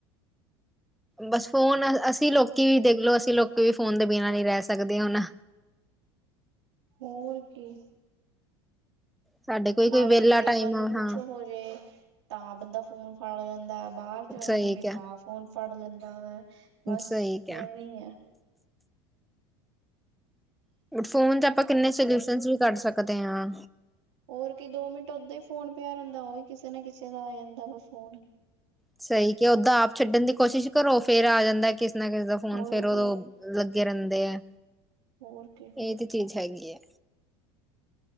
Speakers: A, in the centre; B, on the right (about 80°).
A: ਬਸ ਫੋਨ ਅਸੀਂ ਲੋਕੀ ਵੀ ਦੇਖਲੋ, ਅਸੀਂ ਲੋਕੀ ਵੀ ਫੋਨ ਦੇ ਬਿਨਾਂ ਨੀ ਰੈ ਸਕਦੇ ਹੁਨ।
B: ਹੋਰ ਕੀ
A: ਸਾਡੇ ਕੋਈ
B: ਮਾੜਾ
A: ਕੋਈ ਵਿਹਲਾ
B: ਜੇ ਕੇਬਲ
A: ਟਾਈਮ
B: ਨੂੰ ਕੁੱਛ
A: ਹਾਂ
B: ਹੋ ਜੇ ਤਾਂ ਬੰਦਾ ਫੋਨ ਫੜ ਲੈਂਦਾ, ਬਾਰ ਜਾਣਾ
A: ਸਹੀ
B: ਹੋਵੇ
A: ਕਿਹਾ
B: ਤਾਂ ਫੋਨ ਫੜ ਲੈਂਦਾ ਹੈਗਾ। ਬਸ
A: ਸਹੀ ਕਿਹਾ
B: ਐਵੇਂ ਈ ਐ।
A: ਫੋਨ 'ਚ ਆਪਾਂ ਕਿੰਨੇ ਸੋਲਿਊਸ਼ਨ ਵੀ ਕੱਢ ਸਕਦੇ ਆਂ।
B: ਔਰ ਕੀ ਦੋ ਮਿੰਟ ਉਦਾਂ ਹੀ ਫੋਨ ਪਿਆ ਰੈਦਾ ਓਹੀ ਕਿਸੇ ਨਾ ਕਿਸੇ ਦਾ ਆ ਜਾਂਦਾ ਵਾ ਫੋਨ।
A: ਸਈ ਕਯਾ ਓਦਾਂ ਆਪ ਛੱਡਨ ਦੀ ਕੋਸ਼ਿਸ਼ ਕਰੋ ਫੇਰ ਆ ਜਾਂਦਾ ਕਿਸੇ ਨਾ ਕਿਸੇ ਦਾ ਫੋਨ
B: ਹੋਰ
A: ਫੇਰ ਓਦੋਂ
B: ਕੀ
A: ਲੱਗੇ ਰੈਂਦੇ ਐ,
B: ਹੋਰ ਕੀ
A: ਏ
B: ਹੋਰ
A: ਤੇ ਚੀਜ਼
B: ਕੀ
A: ਹੈਗੀ‌ ਏ।